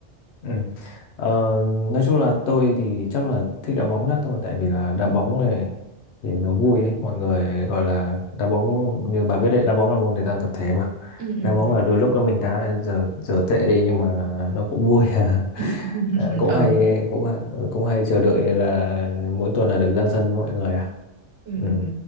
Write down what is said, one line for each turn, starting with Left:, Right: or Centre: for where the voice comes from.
Left: Ừ. Ờ, nói chung là tôi thì chắc là thích đá bóng nhất thôi tại vì là đá
Right: Ừ.
Left: bóng này thì nó vui ấy mọi người gọi là đá bóng như bà biết đấy đá bóng là môn thể thao tập thể mà
Right: ừ ừ
Left: đá bóng là đôi lúc là mình đá là giờ giờ tệ đi nhưng mà nó cũng vui à <laughs>
Right: <laughs>
Left: Ờ, cũng
Right: ừ
Left: hay cũng hay- cũng hay chờ đợi là mỗi tuần là được ra sân với mọi người à
Right: ừ
Left: ừ.
Right: ừ ừ